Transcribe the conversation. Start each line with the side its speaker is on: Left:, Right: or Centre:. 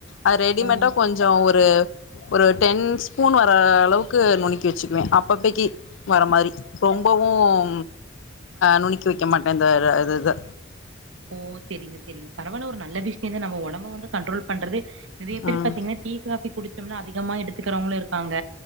Left: அது ரெடிமேட்டா
Right: ஓ
Left: கொஞ்சம் ஒரு ஒரு டென் ஸ்பூன் வர அளவுக்கு நுணக்கி வச்சுக்குவேன் அப்பப்போக்கி வர மாதிரி ரொம்பவும் நுனக்கி வைக்க மாட்டேன் அந்த ஒரு இத
Right: ஓ செரிங்க செரிங்க பரவாயில்ல ஒரு நல்ல விஷயம்ந்த நம்ம உடம்ப வந்து கண்ட்ரோல் பண்றது இதே எப்டி
Left: ம்
Right: பாத்தீங்கன்னா டீ காபி குடிச்சோம்னா அதிகமா எடுத்துக்கிறவங்களும் இருக்காங்க